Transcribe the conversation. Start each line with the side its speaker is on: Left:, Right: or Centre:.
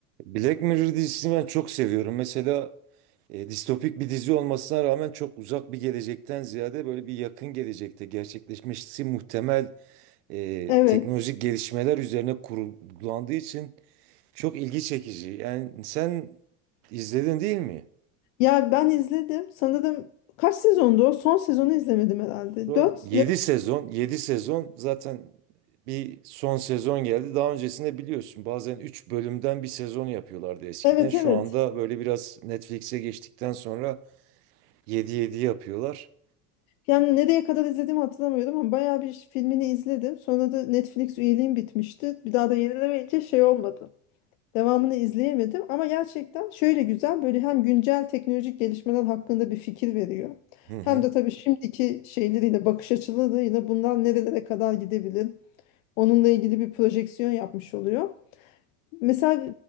Right: Black Mirror dizisini ben çok seviyorum. Mesela e, distopik bir dizi olmasına rağmen çok uzak bir gelecekten ziyade böyle bir yakın gelecekte gerçekleşmesi muhtemel e,
Left: Evet.
Right: teknolojik gelişmeler üzerine kurgulandığı için çok ilgi çekici. Yani sen izledin değil mi?
Left: Ya ben izledim. Sanırım kaç sezondu o? Son sezonu izlemedim herhalde.
Right: Son
Left: Dört
Right: 7
Left: ya da...
Right: sezon, 7 sezon zaten bir son sezon geldi. Daha öncesinde biliyorsun bazen 3 bölümden bir sezon yapıyorlardı eskiden.
Left: Evet
Right: Şu
Left: evet.
Right: anda böyle biraz Netflix'e geçtikten sonra Yedi yedi yapıyorlar.
Left: Yani nereye kadar izlediğimi hatırlamıyorum ama bayağı bir filmini izledim. Sonra da Netflix üyeliğim bitmişti. Bir daha da yenilemeyince şey olmadı. Devamını izleyemedim ama gerçekten şöyle güzel böyle hem güncel teknolojik gelişmeler hakkında bir fikir veriyor.
Right: Hı hı.
Left: Hem de tabii şimdiki şeyleriyle bakış açılarıyla bunlar nerelere kadar gidebilir. Onunla ilgili bir projeksiyon yapmış oluyor. Mesela